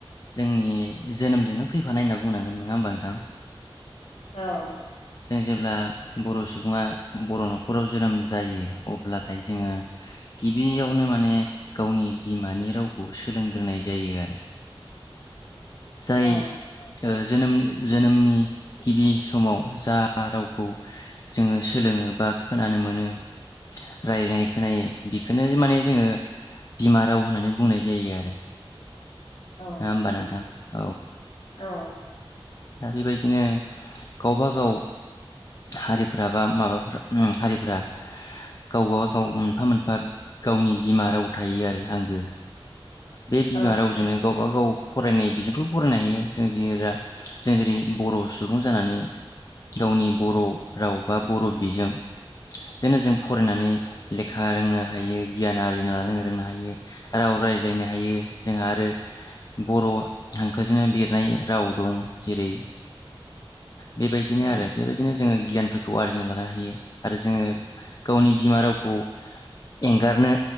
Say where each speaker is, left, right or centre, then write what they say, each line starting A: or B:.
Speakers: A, on the left (about 40°); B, on the left (about 85°).
A: जोंनि जोनोमजोंनो फैफानाय ओनना बुंनांगोन नङा ओमबा नोंथां।
B: औ।
A: जों जेब्ला बर' सुबुङा बर' न'खराव जोनोम जायो अब्लाथाय जोङो गिबियावनो माने गावनि बिमानि रावखौ सोलोंग्रोनाय जायो आरो। जाय
B: औ
A: ओ जोनोम जोनोमनि गिबि समाव जा रावखौ जोङो सोलोङो बा खोनानो मोनो रायनाय खोनायो बिखोनो माने जोङो बिमा राव होननानै बुंनाय जायो आरो।
B: औ
A: नङा होमबा
B: नोंगौ
A: नोंथां औ
B: औ।
A: दा बेबायदिनो गावबा गाव हारिफ्रा बा माबाफा हारिफोरा गावबा गाव मोनफा मोनफा गावनि बिमा राव थायो आरो आंगो बे बिमा
B: औ
A: रावजोंनो
B: थायो
A: गावबा गाव फरायनाय बिजोंखौबो फरायनो हायो जों जिरा जों जेरै बर' सुबुं जानानै गावनि बर' राव बा बर' बिजों जोंनो जों फरायनानै लेखा रोंनो हायो गियान आरजिनो रोंनो हायो राव रायज्लायनो हायो जोंहा आरो बर' हांखोजोंनो लिरनाय राव दं। जेरै बेबायदिनो
B: औ
A: आरो बेबायदिनो जोङो गियानफोरख खौ आरजिना लानो हायो आरो जोङो गावनि बिमा रावखौ एंगारनो